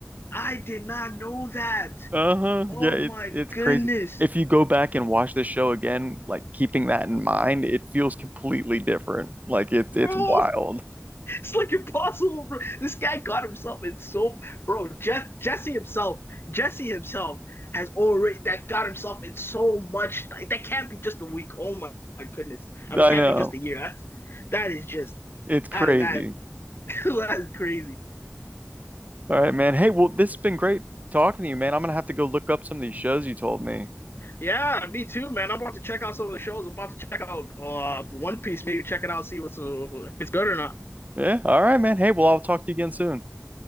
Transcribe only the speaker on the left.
I did not know that.
Oh
my
goodness,
bro.
It's like impossible. Bro. This guy got himself in so bro. Je- Jesse himself, Jesse himself has already that got himself in so much. That can't be just a week. Oh my, my goodness. I mean,
it can't
be just a year. That's that is just
that is that <laughs> that is crazy.
Yeah, me too, man. I'm about to check out some of the shows. I'm about to check out uh One Piece. Maybe check it out, see what's uh, if it's good or not.